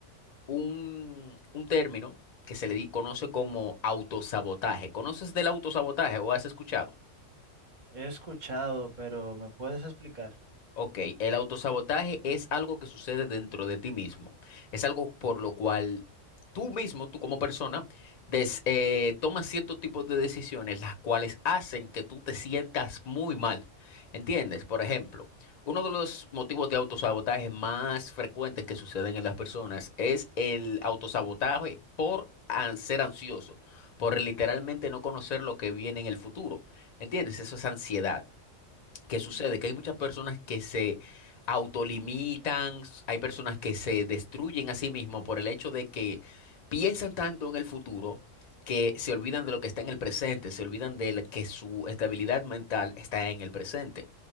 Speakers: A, on the left; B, on the right.
A: un, un término que se le di- conoce como autosabotaje. ¿Conoces del autosabotaje o has escuchado?
B: He escuchado, pero ¿me puedes explicar?
A: Ok, el autosabotaje es algo que sucede dentro de ti mismo. Es algo por lo cual tú mismo, tú como persona, des- eh, tomas ciertos tipos de decisiones, las cuales hacen que tú te sientas muy mal. ¿Entiendes? Por ejemplo, uno de los motivos de autosabotaje más frecuentes que suceden en las personas es el autosabotaje por an- ser ansioso, por literalmente no conocer lo que viene en el futuro. ¿Entiendes? Eso es ansiedad. ¿Qué sucede?
B: Mm,
A: Que hay muchas personas que se autolimitan, s- hay personas que se destruyen a sí mismos por el hecho de que piensan tanto en el futuro que se olvidan de lo que está en el presente, se olvidan de la- que su estabilidad mental está en el presente.